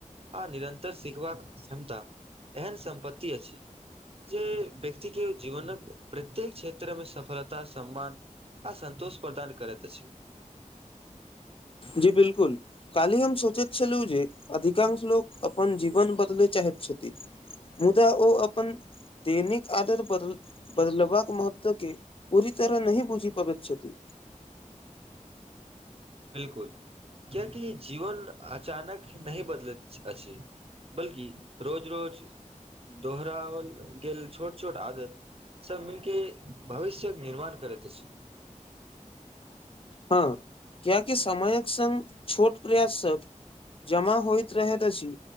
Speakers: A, on the right; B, on the left.
A: आ निरन्तर शिखबाक क्षमता एहन सम्पत्ति अछि जे व्यक्ति के जीवनक प्रत्येक क्षेत्रमे सफलता सम्मान आ संतोष प्रदान करैत अछि
B: जी बिलकुल काल्हि हम सोचैत छलहुँ जे अधिकांश लोक अपन जीवन बदले चाहैत छथि मुदा ओ अपन दैनिक आदत बद बदलबाक महत्व के पूरी तरह नहि बूझि पाबैत छथि
A: <inaudible> बिलकुल क्याकी जीवन अचानक नहि बदलैत अछि बल्कि रोज रोज दोहराओल गेल छोट छोट आदत सभ मिलके भविष्यके निर्माण करैत अछि
B: हँ क्याकि समयक संग छोट प्रयास सब जमा होइत रहैत अछि